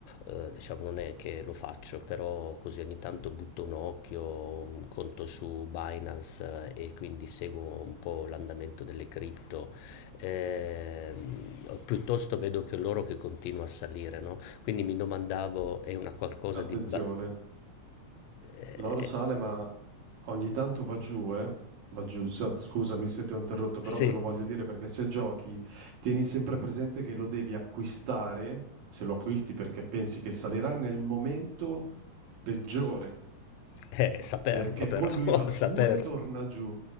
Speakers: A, on the left; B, on the right.
A: ehm, diciamo, non è che lo faccio, però così ogni tanto butto un occhio, un conto su Binance eh, e quindi seguo un po' l'andamento delle cripto, ehm, o piuttosto vedo che l'oro che continua a salire, no, quindi mi domandavo è una qualcosa
B: Attenzione.
A: di ba eh,
B: L'oro sale, ma ogni tanto va giù, eh? Va giù. Sa- Scusami se ti ho interrotto, però
A: sì,
B: te lo voglio dire perché se giochi, tieni sempre presente che lo devi acquistare, se lo acquisti perché pensi che salirà, nel momento peggiore,
A: eh, saperlo
B: perché
A: però,
B: poi lui va
A: <laughs>
B: su
A: saperlo.
B: e torna giù.